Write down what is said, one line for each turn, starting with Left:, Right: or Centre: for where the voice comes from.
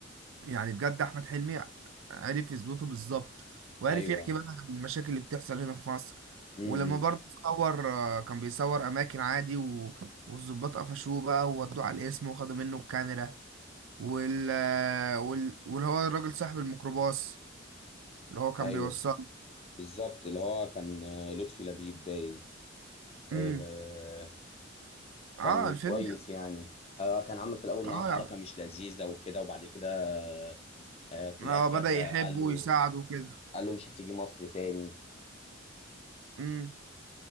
Right: يعني بجد احمد حلمي عرف يظبطه بالظبط وعرف
Left: ايوه
Right: يحكي بقى عن المشاكل اللي بتحصل هنا في مصر
Left: امم
Right: ولما برضه صور آه، كان بيصور اماكن عادي و... والظباط قفشوه بقى وودوه على القسم وخدوا منه الكاميرا وال... آه، وال... واللي هو الراجل صاحب الميكروباص اللي هو كان
Left: ايوه
Right: بيوصله
Left: بالظبط اللي هو كان آه، لطفي لبيب باين آه،
Right: امم اه
Left: كان
Right: الفيلم
Left: كويس يعني آه، كان عامل في الاول
Right: يعني-
Left: معاه حركه
Right: اه يعني-
Left: مش لذيذه وكده وبعد كده آه، في الاخر
Right: اه بدأ يحبه
Left: آه، قال له
Right: ويساعده وكده
Left: قال له مش هتيجي مصر تاني
Right: امم.